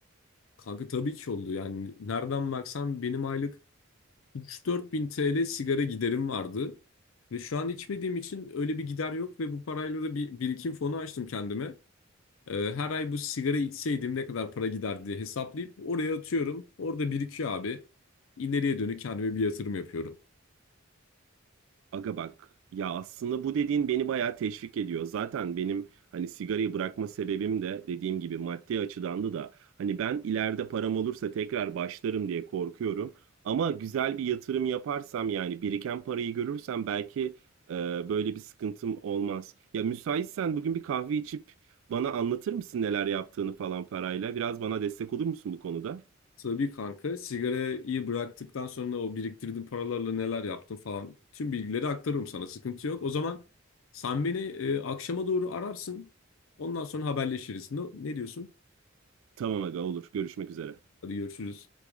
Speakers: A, on the left; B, on the right.
A: Kanka tabii ki oldu. Yani nereden baksan benim aylık 3-4 bin TL sigara giderim vardı. Ve şu an içmediğim için öyle bir gider yok ve bu parayla da bir birikim fonu açtım kendime. Ee, her ay bu sigara içseydim ne kadar para gider diye hesaplayıp oraya atıyorum. Orada birikiyor abi. İleriye dönük kendime bir yatırım yapıyorum.
B: Aga bak ya aslında bu dediğin beni bayağı teşvik ediyor. Zaten benim hani sigarayı bırakma sebebim de dediğim gibi maddi açıdandı da hani ben ileride param olursa tekrar başlarım diye korkuyorum. Ama güzel bir yatırım yaparsam yani biriken parayı görürsem belki e, böyle bir sıkıntım olmaz. Ya müsaitsen bugün bir kahve içip bana anlatır mısın neler yaptığını falan parayla? Biraz bana destek olur musun bu konuda?
A: Tabii kanka sigarayı bıraktıktan sonra o biriktirdiğim paralarla neler yaptım falan tüm bilgileri aktarırım sana sıkıntı yok. O zaman sen beni e, akşama doğru ararsın ondan sonra haberleşiriz. Ne, ne diyorsun?
B: Tamam aga olur. Görüşmek üzere.
A: Hadi görüşürüz.